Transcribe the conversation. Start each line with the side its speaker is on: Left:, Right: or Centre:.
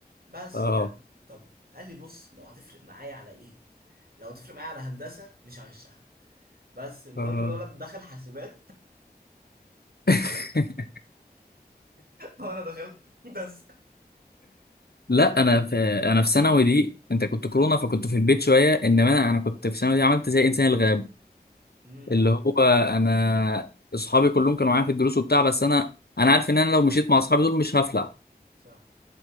Right: بس
Left: اه
Right: يعني طب قال لي بص لو هتفرق معايا على ايه لو هتفرق معايا على هندسه مش هغشها بس المهم
Left: اه
Right: الولد دخل حاسبات
Left: <laughs>
Right: <laughs> وانا دخلت هندسه
Left: لا انا في انا في ثانوي دي انت كنت كورونا فكنت في البيت شويه انما انا انا كنت في ثانوي دي عملت زي انسان الغاب
Right: امم
Left: اللي هو انا اصحابي كلهم كانوا معايا في الدروس وبتاع بس انا انا عارف ان انا لو مشيت مع اصحابي دول مش هفلح
Right: صح